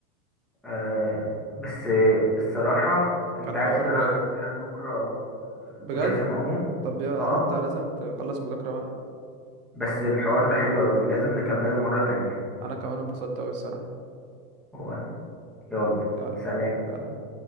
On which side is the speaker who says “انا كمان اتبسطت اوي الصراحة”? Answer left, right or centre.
Right